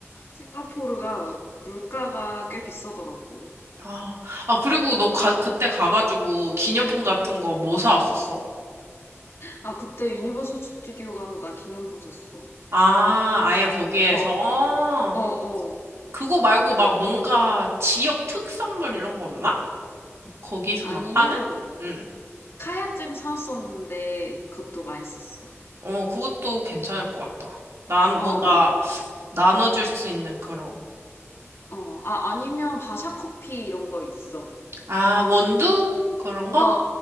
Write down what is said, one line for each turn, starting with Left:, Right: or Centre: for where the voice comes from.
Left: 싱가포르가 물가가 꽤 비싸더라고.
Right: 아, 아, 그리고 너 가, 그때 가가지고 기념품 같은 거 뭐 사왔었어?
Left: 아, 그때 유니버설 스튜디오 가서 나 기념품 샀어.
Right: 아, 아예 거기에서?
Left: 어,
Right: 어.
Left: 어, 어.
Right: 그거 말고
Left: 그,
Right: 막 뭔가 지역 특산물 이런 거 없나? 거기서만
Left: 아니면
Right: 파는? 응.
Left: 카야잼 사왔었는데 그것도 맛있었어.
Right: 어, 그것도 괜찮을 것 같다. 난
Left: 어,
Right: 뭔가
Left: 어,
Right: 나눠줄 수 있는 그런.
Left: 어. 아, 아니면 바샤 커피 이런 거 있어.
Right: 아, 원두? 그런 거?
Left: 어,